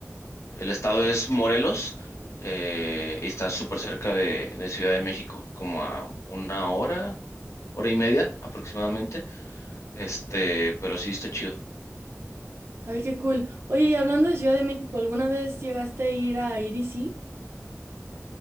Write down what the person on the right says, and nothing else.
Ay, qué cool. Oye, y hablando de Ciudad de México, ¿alguna vez llegaste a ir a I D C?